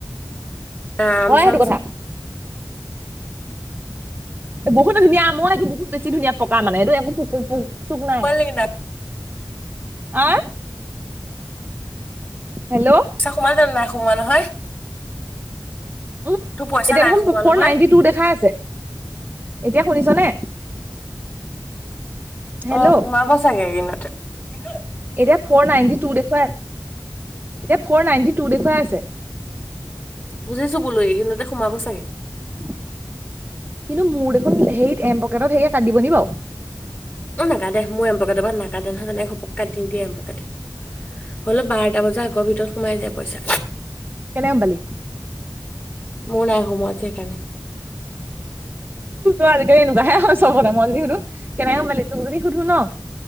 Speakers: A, on the left; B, on the right.
A: আম
B: হয়
A: চাম
B: সেইটো
A: <unintelligible>
B: কথা বহুতে ধুনীয়া মই একো বহুত বেছি ধুনীয়া পকা মানে এইটো একো পোকো-পোক চুক
A: সোমাল
B: নাই।
A: নেকি
B: আহ হেল্ল'
A: পইচা সোমাল জানো? নাই সোমোৱা নহয়?
B: উম,
A: তোৰ পইচা
B: এতিয়া
A: নাই
B: দেখোন
A: সোমোৱা
B: ফৰ
A: নহয়
B: নাইনটি টু দেখা আছে এতিয়া শুনিছনে? হেল্ল'
A: অ', সোমাব চাগে একেইদিনতে <unintelligible>
B: এতিয়া ফৰ নাইনটি টু দেখুৱা এতিয়া ফৰ নাইনটি তো দেখুৱাই আছে।
A: বুজিছো বোলো একেইদিনতে সোমাব চাগে
B: কিন্তু মোৰ দেখোন হেয়িত এম পকেটত হেয়িয়ে কাটিব নি বাও?
A: নাকাতে মোৰ এম্পকটৰ পৰা নাকাতে নহয় তেনেক ঘপক কাটি দিয়ে এম্পকেটে হলেও বাৰটা বজাৰ আগৰ ভিতৰত সোমাই যায় পইচা।
B: কেনে আম পালি?
A: মোৰ নাই সোমোৱা সেইকাৰনে
B: আজি কালি এনেকুৱা হে হয় <inaudible> মই যদি সুধো কেনেকে সোমালি তোক যদি সুধো ন